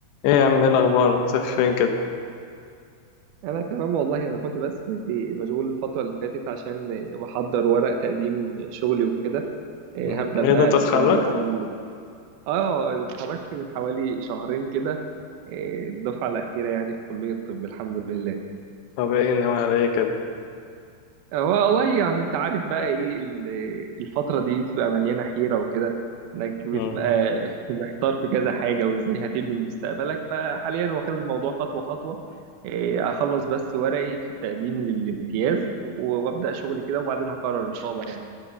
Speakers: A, on the left; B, on the right.
A: ايه يا عم ايه الاخبار مختفي فين كده
B: انا تمام والله انا كنت بس مشغول الفتره اللي فاتت عشان بحضر ورق تقديم شغلي وكده إيه،
A: مم.
B: هبدا بقى
A: ايه ده انت
B: استلام
A: اتخرجت
B: العمل اه اتخرجت من حوالي شهرين كده إيه، الدفعه الاخيره يعني في كليه الطب الحمد لله
A: طب ايه ناوي على ايه كده
B: هو والله يعني انت عارف بقى ايه ال- الفترة دي بتبقى مليانة حيرة وكده انك بتبقى
A: مم.
B: <laughs> محتار في كذا حاجة وازاي هتبني مستقبلك فحاليا واخد الموضوع خطوة خطوة إيه، اخلص بس ورقي في التقديم للامتياز و- وابدأ شغل كده وبعدين هقرر ان شاء الله يعني